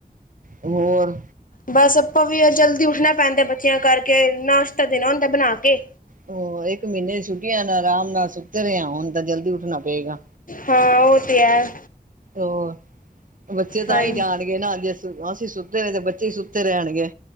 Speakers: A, on the right; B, on the left.
A: ਹੋਰ।
B: ਬਸ ਆਪਾਂ ਵੀ ਜਲਦੀ ਉੱਠਣਾ ਪੈਂਦਾ ਬੱਚਿਆਂ ਕਰਕੇ ਨਾਸ਼ ਦੇਣਾ ਹੁੰਦਾ ਬਣਾ ਕੇ
A: ਹੋ, ਇੱਕ ਮਹੀਨੇ ਦਿਆਂ ਛੁੱਟੀਆਂ ਹਨ ਆਰਾਮ ਨਾਲ ਸੁੱਤੇ ਰਹੇ ਆ ਹੁਣ ਤਾਂ ਜਲਦੀ ਉੱਠਣਾ ਪਏਗਾ।
B: ਹਾਂ ਉਹ ਤੇ ਹੈ।
A: ਉਹ ਬੱਚੇ ਤਾਂ
B: ਹਾਂਜੀ
A: ਹੀ ਜਾਣਗੇ ਨਾ ਅੱਜੇ ਅਸੀਂ ਸੁੱਤੇ ਨੇ ਤੇ ਬੱਚੇ ਹੀ ਸੁੱਤੇ ਰਹਿਣਗੇ